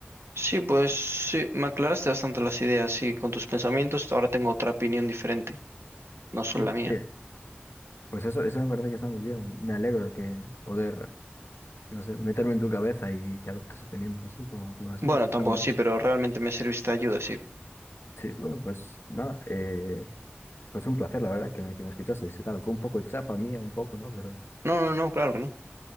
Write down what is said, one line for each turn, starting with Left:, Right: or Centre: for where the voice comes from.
Right: Sí, pues sí, me aclaraste bastante las ideas, sí, con tus pensamientos. Ahora tengo otra opinión diferente, no son
Left: sí,
Right: la mía.
Left: que- pues eso, eso me parece que está muy bien. Me alegro de que poder, no sé, meterme en tu cabeza y que adoptes opiniones así como, como las
Right: Bueno,
Left: mías. Está
Right: tampoco
Left: bien.
Right: sí, pero realmente me serviste de ayuda, sí.
Left: Sí, bueno, pues nada, eh, pues un placer, la verdad, que me, que me escuchasteis y tal. Fue un poco chapa mía, un poco, ¿no? Pero,
Right: No, no, no, claro que no.